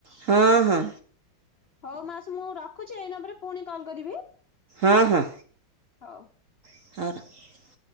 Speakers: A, on the right; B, on the left.
A: ହଁ ହଁ।
B: ହଉ ମାଉସୀ ମୁଁ ରଖୁଛି ଏଇ ନମ୍ବରରେ ପୁଣି କଲ କରିବି?
A: ହଁ ହଁ।
B: ହୋଉ
A: <inaudible>